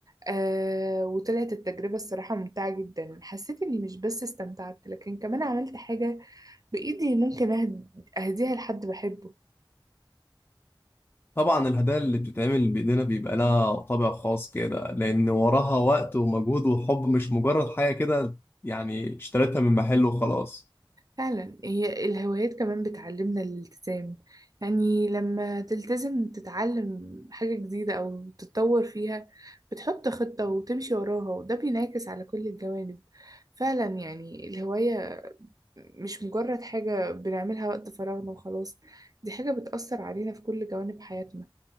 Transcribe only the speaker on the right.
آه وطلعت التجربة الصراحة ممتعة جدا حسيت إني مش بس استمتعت لكن كمان عملت حاجة بإيدي ممكن أهد- أهديها لحد بحبه
فعلا هي الهوايات كمان بتعلمنا الالتزام يعني لما تلتزم تتعلم حاجة جديدة أو تتطور فيها بتحط خطة وتمشي وراها وده بينعكس على كل الجوانب فعلا يعني الهواية مش مجرد حاجة بنعملها وقت فراغنا وخلاص دي حاجة بتأثر علينا في كل جوانب حياتنا